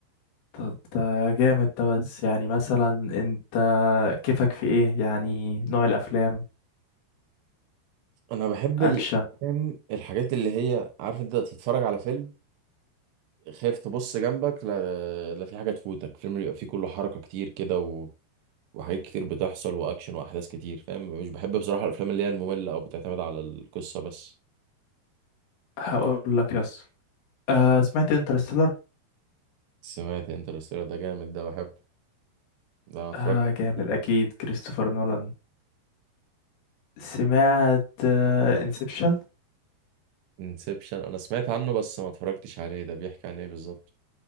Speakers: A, on the left (about 85°); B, on the right (about 80°).
A: طب ده جامد ده بس يعني مثلا انت كيفك في ايه يعني نوع الافلام
B: انا بحب
A: اكشن
B: الافلام الحاجات اللي هي عارف انت تتفرج على فيلم خايف تبص جنبك لا لا في حاجه تفوتك فيلم بيبقى فيه كله حركه كتير كده و... وحاجات كتير بتحصل واكشن واحداث كتير فاهم مش بحب بصراحه الافلام اللي هي الممله او بتعتمد على القصه بس
A: هقول لك يس آه سمعت انترستيلر
B: سمعت انترستيلر ده جامد ده بحبه ده أنا اتفرجت
A: آه
B: عليه
A: جامد
B: كتير.
A: اكيد كريستوفر نولان سمعت آه انسبشن
B: انسبشن انا سمعت عنه بس ما اتفرجتش عليه ده بيحكي عن ايه بالظبط